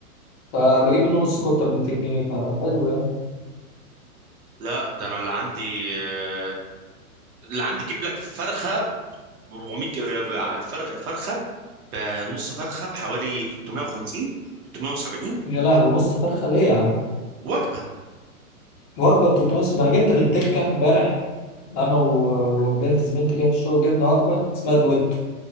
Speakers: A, on the left; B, on the right.
A: فبجيب منه نص كفته ب 200 جنيه فحلو يعني
B: لا ده انا اللي عندي آه، اللي عندي جيب لك فرخه ب 400 جرام- بع- الفر... الفرخه بنص فرخه بحوالي 350 370
A: يا لهوي نص فرخه ليه يا عم
B: وجبه
A: وجبه ب 300 ده انا جبت من تكه امبارح انا و- وبنت زميلتي كده في الشغل جبنا وجبه اسمها دويت